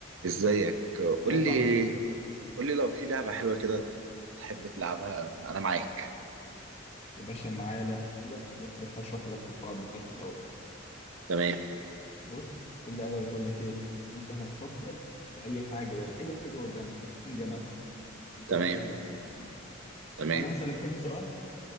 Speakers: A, on the right; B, on the left.
A: ازيك قول
B: يا صاحبي
A: لي قول لي لو في لعبة حلوة كده تحب تلعبها انا معاك
B: يا باشا معايا لعبة بص بس هشرح لك القواعد بتاعتها الأول
A: تمام
B: بص اللعبة بتقول لك إيه أنت هتفكر في أي حاجة أي حاجة قدامك بس تكون جماد عشان تبقى
A: تمام
B: سهلة في التخمين
A: تمام
B: وأنا هسألك كام سؤال